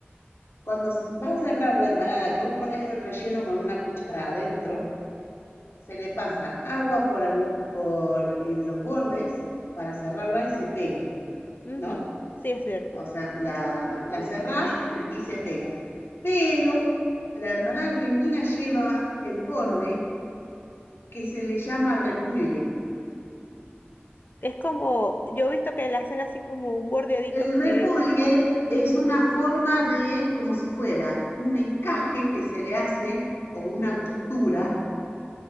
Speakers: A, on the left; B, on the left.
A: cuando se va a cerrar la empanada, que vos pones el relleno con una cuchara adentro, se le pasa agua por, el, por el, los bordes para cerrarla y se pega,
B: Ujú,
A: ¿no?
B: Sí, es cierto.
A: O sea, la, la cerrás y se pega. Pero la empanada argentina lleva el borde que se le llama repulgue.
B: Es como, yo he visto que le hacen así como un bordeadito
A: El repulgue
B: que
A: es una forma de, como si fuera un encaje que se le hace o una costura